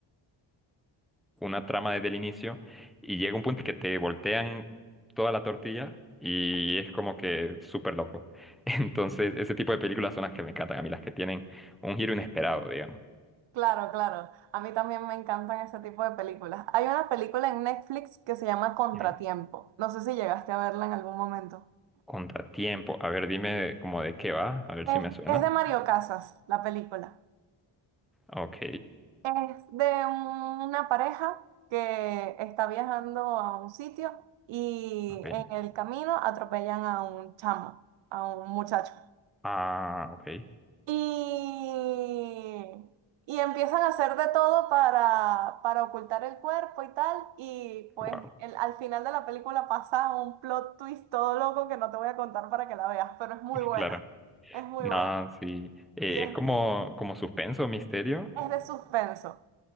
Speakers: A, in the centre; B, on the right.
A: una trama desde el inicio y llega un punto que te voltean toda la tortilla y es como que súper loco. <laughs> Entonces, ese tipo de películas son las que me encantan a mí, las que tienen un giro inesperado, digamos.
B: Claro, claro. A mí también me encantan ese tipo de películas. Hay una película en Netflix que se llama Contratiempo.
A: Mm.
B: No sé si llegaste a verla en algún momento.
A: Contratiempo. A ver, dime como de qué va, a ver
B: Es,
A: si me suena.
B: es de Mario Casas, la película.
A: Ok,
B: Es de una pareja que está viajando a un sitio y
A: ok.
B: en el camino atropellan a un chamo, a un muchacho.
A: Ah, ok.
B: Y, y empiezan a hacer de todo para, para ocultar el cuerpo y tal. Y pues
A: Wow,
B: el- al final de la película pasa un plot twist todo loco que no te voy a contar para que la veas, pero es muy
A: <laughs>
B: buena.
A: claro.
B: Es muy
A: No,
B: buena.
A: sí. Eh,
B: Y es,
A: es como, como suspenso, misterio.
B: es de suspenso